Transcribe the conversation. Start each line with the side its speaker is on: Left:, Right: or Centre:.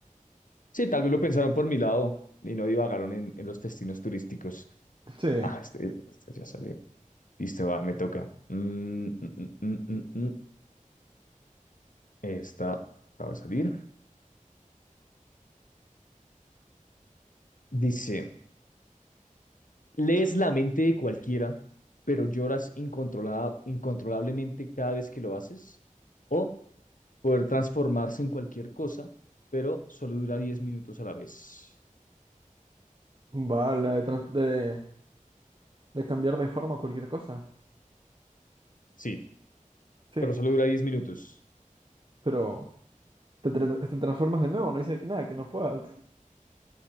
Left: Sí, tal vez lo pensaron por mi lado y no divagaron en, en los destinos turísticos.
Right: Sí,
Left: Ah, este, este ya salió. Listo, va, me toca. Mm, mm, mm, mm, mm, mm. Esta acaba de salir. Dice. Lees la mente de cualquiera, pero lloras incontrolada- incontrolablemente cada vez que lo haces. O poder transformarse en cualquier cosa, pero solo dura 10 minutos a la vez.
Right: va, la de, trans- de, de cambiar de forma cualquier cosa.
Left: Sí,
Right: Sí,
Left: pero solo dura 10 minutos.
Right: pero te, tra- te transformas de nuevo, no dice que nada, que no puedas.